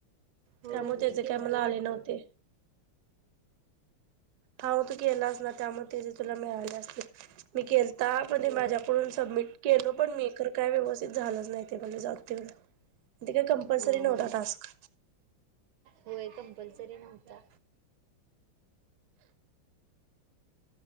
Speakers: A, on the right; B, on the right.
A: होय
B: त्यामुळे त्याचे
A: मी केलतो
B: काय मला
A: वाटतं
B: आले नव्हते हा मग तू केला असनार त्यामुळे त्याझे तुला मिळाले असतील मी केलता पण ते
A: होय
B: माझ्याकडून सबमिट केलो पण मी पण काय व्यवस्थित झालंच नाही ते मला जाऊ दे तिकडं ते काय कंम्पल्सरी
A: हम्म
B: नव्हता
A: हम्म
B: टास्क
A: होय कंपल्सरी नव्हता